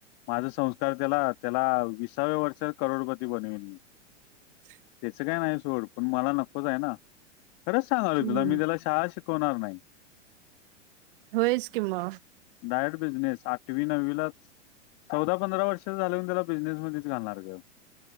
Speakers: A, on the left; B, on the right.
A: माझा संस्कार त्याला त्याला विसाव्या वर्षात करोडपती बनवीन
B: <inaudible>
A: त्याच काय नाही सोड पण मला नकोचय ना खरंच सांगालोय
B: हम्म
A: तुला मी त्याला शाळा शिक होणार नाहीय
B: होयच कि म
A: डायट बिझनेस आठवी, नवीलाच चौदा पंधरा वर्ष झाल्यावर त्याला बिझनेस मध्येच घालणार ग